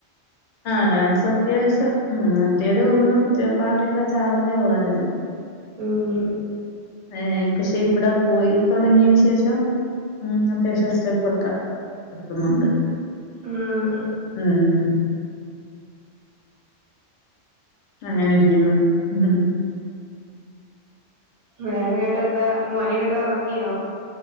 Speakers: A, on the left; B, on the right.
A: ആ ഡാൻസ് അത്യാവശ്യം ഉം മറ്റേത് ഒന്നും പാട്ടിട്ടാ ചാടത്തേ ഉള്ളായിര് ന്ന്.
B: ഉം.
A: ഹ് പക്ഷെ ഇവിട പോയിതൊടങ്ങിയന് ശേഷം, ഉം അത്യാവശ്യം സ്റ്റെപ്പൊക്കെ വെക്കുന്നുണ്ട്.
B: ആഹ്.
A: ഉം. അങ്ങനിരിക്കുന്ന് ഉം.
B: വേറെങ്ങട്ട് എന്താ മോനങ്ങട്ട് ഉറങ്ങിയോ?